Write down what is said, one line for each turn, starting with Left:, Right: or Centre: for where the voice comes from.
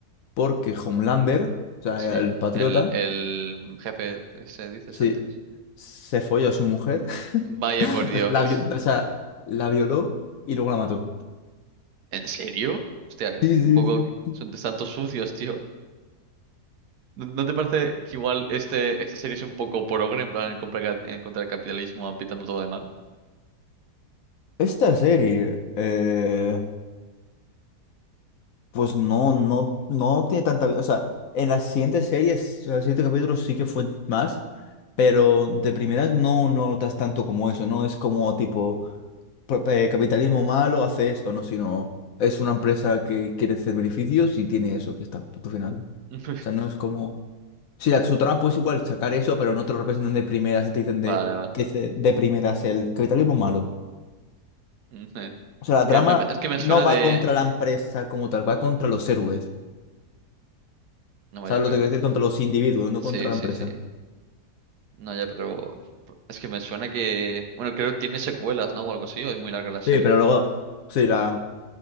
Left: porque Homelander, o sea,
Right: Sí.
Left: el patriota,
Right: El, el jefe, ese dices
Left: sí,
Right: antes.
Left: se folló a su mujer, <laughs>
Right: Vaya por Dios.
Left: o sea, la, vio- o sea, la violó y luego la mató.
Right: ¿En serio? Hostia,
Left: Sí,
Right: un
Left: sí,
Right: poco que
Left: sí.
Right: son tantos sucios, tío. ¿No, no te parece que igual este, esta serie es un poco progre, en plan, en contra, en contra del capitalismo, apitando todo de malo?
Left: Esta serie eh, Pues no, no, no tiene tanta vida. O sea, en las siguientes series, en los siguientes capítulos sí que fue más, pero de primeras no, no notas tanto como eso, no es como tipo pro- eh, capitalismo malo hace esto, no, sino es una empresa que quiere hacer beneficios y tiene eso, ya está, punto final.
Right: <laughs>
Left: O sea, no es como. Sí, la, su trama pues igual sacar eso, pero no te lo representan de primeras y te dicen
Right: Vale,
Left: de,
Right: vale.
Left: te dice de primeras el capitalismo malo.
Right: Ujú.
Left: O sea, la
Right: Es que
Left: trama
Right: me, me- es que me
Left: no
Right: suena
Left: va
Right: de...
Left: contra la empresa como tal, va contra los héroes.
Right: No vaya,
Left: ¿Sabes
Right: pero...
Left: lo que quiero decir? Contra los individuos, no
Right: Sí,
Left: contra la
Right: sí,
Left: empresa.
Right: sí. No, ya, pero... Es que me suena que... Bueno, creo que tiene secuelas, ¿no? O algo así, o es muy larga la serie.
Left: Sí, pero luego, sí, la,